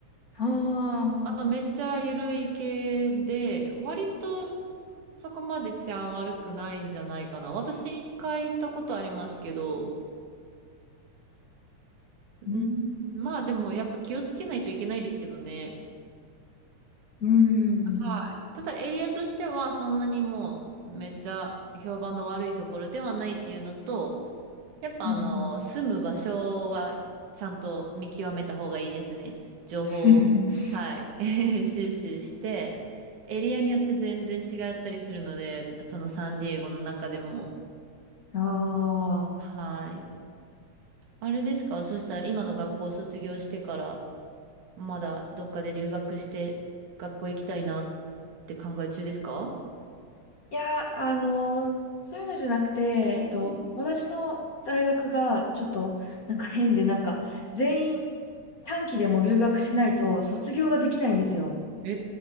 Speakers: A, on the left; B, on the right.
A: あ
B: あの、
A: あ、
B: めっちゃ緩い系で、割とそこまで治安悪くないんじゃないかな。私一回行ったことありますけど、うん、
A: うー
B: まあでもやっぱ気をつけないといけないですけどね。
A: ん。うーん。
B: はい。ただエリアとしてはそんなにもうめっちゃ評判の悪いところではないっていうのと、やっぱあの、
A: うんうん。
B: 住む場所はちゃんと見極めた方がいいですね。情報を、
A: <laughs>
B: はい、<laughs> 収集して、エリアによって全然違ったりするので、そのサンディエゴの中でも。
A: ああ。
B: はい。あれですかそしたら今の学校を卒業してから、まだどっかで留学して、学校行きたいなって考え中ですか
A: いや、あの、そういうのじゃなくて、えっと、
B: うん
A: 私の大学がちょっとなんか変で、なんか全員短期でも留学しないと卒業ができないんですよ。
B: え